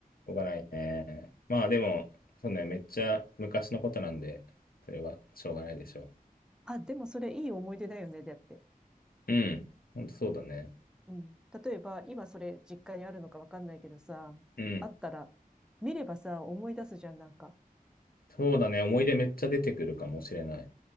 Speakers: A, on the left; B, in the centre.
A: しょうがないね。まあ、でも、そうね、めっちゃ昔のことなんで、それはしょうがないでしょ
B: あ、でもそれいい思い出だよね、だって。
A: う。うん。ほんとそうだね。
B: うん。例えば、今それ実家にあるのかわかんないけどさ、
A: うん。
B: あったら、見ればさ、思い出すじゃん、なんか。
A: そうだね、思い出めっちゃ出てくるかもしれない。